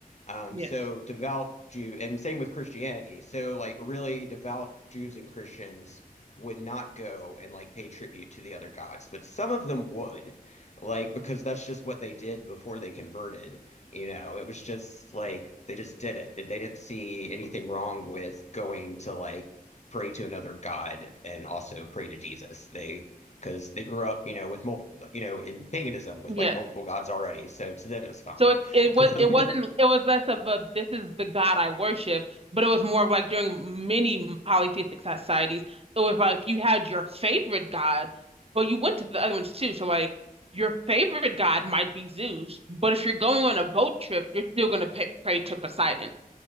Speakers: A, on the left; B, on the right.
A: Um,
B: Yes.
A: so devout Jew, and same with Christianity. So like really devout Jews and Christians would not go and like pay tribute to the other gods, but some of them would, like because that's just what they did before they converted. You know, it was just like they just did it. They didn't see anything wrong with going to like pray to another god and also pray to Jesus. They because they grew up, you know, with multiple, you know, in paganism with
B: Yes.
A: like multiple gods already. So to them, it was fine.
B: So it it
A: <laughs>
B: was it wasn't it was less of a this is the God I worship, but it was more of like during many polytheistic societies, it was like you had your favorite God, but you went to the other ones too. So like your favorite God might be Zeus, but if you're going on a boat trip, you're still going to pay, pray to Poseidon.